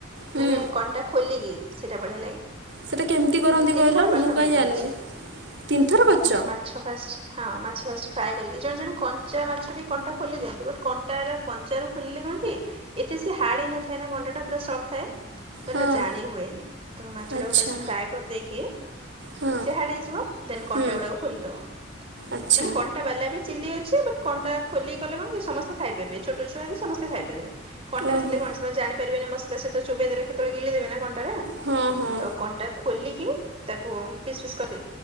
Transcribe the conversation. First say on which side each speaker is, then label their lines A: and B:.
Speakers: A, on the right; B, on the right.
A: ହୁଁ
B: ମାନେ କଣ୍ଟା ଖୋଲିକ କି। ସେଇଟା ବଢିଆ ଲାଗେ
A: ସେଇଟା କେମିତି କରନ୍ତି
B: ହଁ ତିନିଥର
A: କହିଲ
B: ପାଖାପାଖି
A: ମୁଁ କାହିଁ
B: କରିଚି
A: ଜାଣିନି ତିନିଥର କରିଛ
B: ମାନେ ମାଛ ଫାଷ୍ଟ ହଁ ମାଛ ଫାଷ୍ଟ ଫ୍ରାଏ କରିକି ଜଣେ ଜଣେ କଞ୍ଚା ମାଛ ବି କଣ୍ଟା ଖୋଲି ଦିଅନ୍ତି ବଟ୍ କଣ୍ଟାଟା କଞ୍ଚାରୁ ଖୋଲିଲେ କଣ କି ଏତେ ସେ ହାର୍ଡ ହେଇ ନଥାଏନା କଣ୍ଟା ଟା ପୁରା ସଫ୍ଟ ଥାଏ। ସେଟା
A: ହଁ
B: ଜାଣି ହୁଏନି ତମ ମାଛ
A: ଆଚ୍ଛା
B: ଟାକୁ ଫାଷ୍ଟ ଫ୍ରାଏ କରିଦେଇକି
A: ହଁ
B: ସିଏ ହାଡ ହେଇଯିବ ଦେନ୍ କଣ୍ଟା
A: ହୁଁ
B: ଗୁଡାକୁ ଖୋଲିଦବ
A: ଆଚ୍ଛା
B: ମାନେ କଣ୍ଟା ଟା ବାଲା ବି ଚିଲି ଅଛି ବଟ କଣ୍ଟା ଖୋଲିଲି କଲେ କଣ କି ସମସ୍ତେ ଖାଇପାରିବେ ଛୋଟ ଛୁଆବି ସମସ୍ତେ ଖାଇପାରିବେ। କଣ୍ଟା
A: ଓହୋ
B: ଥିଲେ କଣ ସେମାନେ ଜାଣିପାରିବେନି ମସଲା ସହିତ ଚୋବେଇ ଦେବେ କେତେବେଳେ ଗିଳିଦେବେ ନା କଣ୍ଟାରେ
A: ହଁ ହଁ
B: ତ କଣ୍ଟା ଖୋଲିକି ତାକୁ ପିସ୍ ପିସ୍ କରି